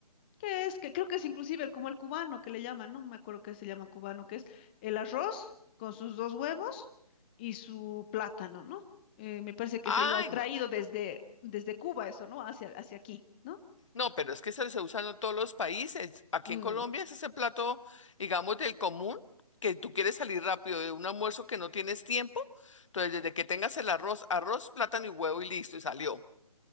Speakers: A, on the left (about 15°); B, on the left (about 55°).
A: que es? Que creo que es inclusive el- como el cubano que le llaman, no me acuerdo qué se llama cubano, que es el arroz con sus dos huevos y su plátano, ¿no? Eh, me parece que
B: Ay,
A: es igual traído
B: no.
A: desde, desde Cuba eso, ¿no? Hacia, hacia aquí, ¿no?
B: No, pero es que se, se usa en todos los países. Aquí
A: Mm,
B: en Colombia es ese plato, digamos, del común, que tú quieres salir rápido de un almuerzo que no tienes tiempo. Entonces, desde que tengas el arroz, arroz, plátano y huevo y listo, y salió.